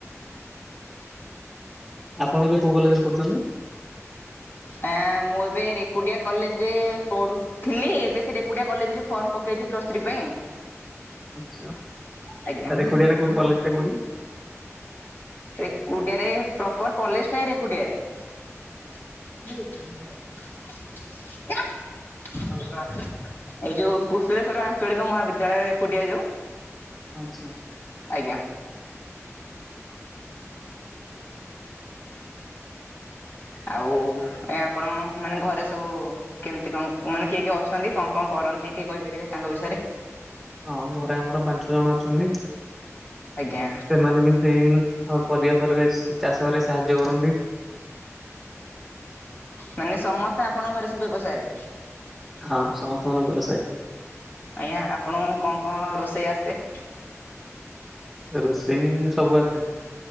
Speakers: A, in the centre; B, on the left (about 45°).
A: ଆପଣ ଏବେ କୋଉ କଲେଜରେ ପଢୁଚନ୍ତି?
B: ଆ ମୁଁ ଏବେ ରେକୁଡିଆ କଲେଜ ରେ ପଢୁଚ୍ ଥିଲି ଏବେ ସେ ରେକୁଡିଆ କଲେଜରେ ଫର୍ମ ପକେଇଚି ପ୍ଲସ ଥ୍ରୀ ପାଇଁ।
A: ତା
B: ଆଜ୍ଞା
A: ରେକୁଡିଆ ଟା କୋଉଠି କଲେଜ ଟା କୋଉଠି?
B: ରେକୁଡିଆରେ ପ୍ରପର କଲେଜ ଟା ହିଁ ରେକୁଡିଆରେ। ହଁ। ଏଇ ଯୋଉ କୃଶଳେଶ୍ଵର ଆଞ୍ଚଳିକ ମହାବିଦ୍ୟାଳୟ ରେକୁଡ଼ିଆ ଯୋଉ?
A: ଆଚ୍ଛା।
B: ଆଜ୍ଞା। ଆଉ ଏ ଆପଣ ମାନେ ଘରେ ସବୁ କେମିତି କଣ ମାନେ କିଏ କିଏ ଅଛନ୍ତି କଣ କଣ କରନ୍ତି ଟିକେ କହିପାରିବେ ତାଙ୍କ ବିଷୟରେ?
A: ହଁ ଘରେ ଆମର ପାଞ୍ଚ ଜଣ ଅଛନ୍ତି।
B: ଆଜ୍ଞା।
A: ସେମାନେ ବି ସେଇ ଆମର ପରିବା ପରିବେଶ ଚାଷ ରେ ସାହାଯ୍ୟ କରନ୍ତି।
B: ମାନେ ସମସ୍ତେ ଆପଣଙ୍କ ଘରେ ସେ ବ୍ୟବସାୟରେ?
A: ହଁ ସମସ୍ତଙ୍କର ବ୍ୟବସାୟୀ।
B: ଆଜ୍ଞା ଆପଣଙ୍କୁ କଣ କଣ ରୋଷେଇ ଆସେ?
A: ରୋଷେଇ ସବୁ ଆସେ।